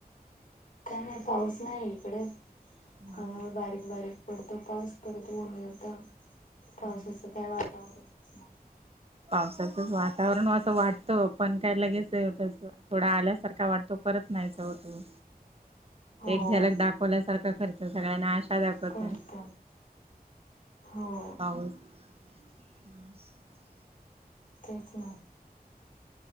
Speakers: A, on the left; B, on the right.
A: काय नाही पाऊस नाही इकडे
B: हा
A: हळुहळू बारीक बारीक. तो पाऊस परत ऊन येतं, पावसाचं
B: हा
A: काय वातावरणच नाही.
B: पावसाचच वातावरण असं वाटत पण काय लगेच तस थोडा आल्यासारखा वाटतो परत नाहीसा होतो,
A: हो
B: एक झलक दाखवल्यासारख करतो सगळ्यांना आ शा दाखवतोय
A: करत हो
B: पाऊस <unintelligible>
A: तेच ना